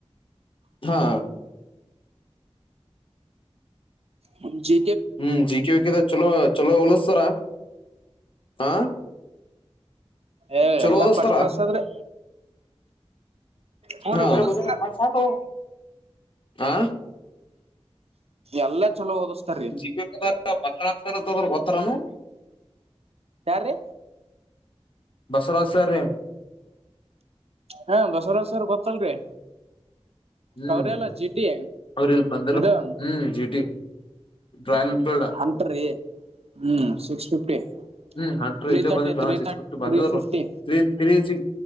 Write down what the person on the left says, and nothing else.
ಹಾ
ಹ್ಮ್ ಜಿಕೆ ವಿಕೆದಗ ಚಲೋ ಚಲೋ ಓದಸಸ್ತಾರ ಹ
ಚಲೊದಿಸ್ಥರಾ
ಹಾ
ಸಾಕ ಸಾಕವೂ ಆ
ಜೀಕೆಕದ ಮನ್ನ ಆಕತಿರೋದು ಹೂತ್ತರ ಗೊತ್ತದನು
ಬಸವರಾಜ್ ಸರ್ ರೀ
ಹ್ಮ್
ಅವ್ರಲ್ ಬಂದಿದರಪ್ಪ
ಹ್ಮ್ ಜಿಟಿ ರಾಯಲ್ ಬೇಡ
ಹ್ಮ್ ಅಂಟ್ರ
ಇಲ್ಲೇ
ಬಂದಿ
six
fifty
ಬಂದರು
ೀ ತ್ರೀ ಸಿ